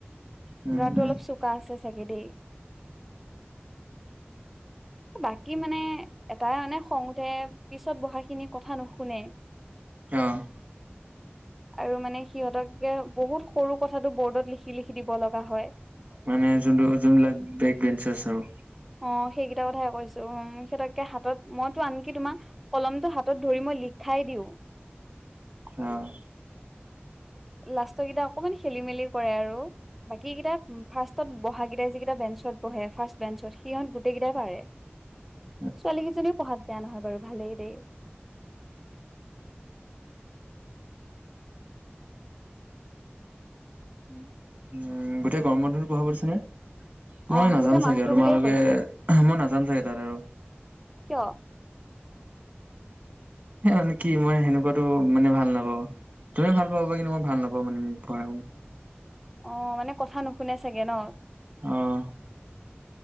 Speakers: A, on the right; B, in the centre.
A: উম,
B: লৰাটো
A: উম,
B: অলপ চোকা আছে চাগে দেই। বাকী মানে এটাই মানে খং উঠে পিছত বহা খিনি কথা নুশুনে।
A: অ',
B: আৰু মানে সিহঁতক- একে বহুত সৰু কথাটো বৰ্ডত লিখি লিখি দিব লগা হয়।
A: মানে জোন জোনবিলাক বেগ বেঞ্চৰ আৰু।
B: অঁ সেইকেইটা কথাই কৈছো উম সিহঁতকে হাতত মইতো আনকি তোমাৰ- কলমটো হাতত ধৰি মই লিখাই দিওঁ।
A: আঁ
B: লাষ্টৰ কেইটা অকমান খেলি মেলি কৰে আৰু। বাকী কেইটা ফাৰ্ষ্টত বহা কেইটাই যিকেইটা বেঞ্চত বহে ফাৰ্ষ্ট বেঞ্চত সিহঁত গোটেই কেইটাই পাৰে।
A: <unintelligible>
B: ছোৱালী কেইজনীও পঢ়াত বেয়া নহয় বাৰু ভালেই দেই। উম।
A: উম গোটেই গৰম বন্ধটো বঢ়াব দিছে নে? মই
B: অ
A: নাজাম
B: গোটেই মাহটো
A: চাগে আৰু তোমালোকে-
B: বুলিয়ে কৈছে
A: মই নাজাম চাগে তাত আৰু।
B: কিয়?
A: সেই মানে কি মই সেনেকুৱাতো মানে ভাল নাপাওঁ। তুমি ভাল পাবা কিন্তু মই ভাল নাপাওঁ মানে পঢ়াই।
B: অঁ মানে কথা নুশুনে চাগে ন?
A: অঁ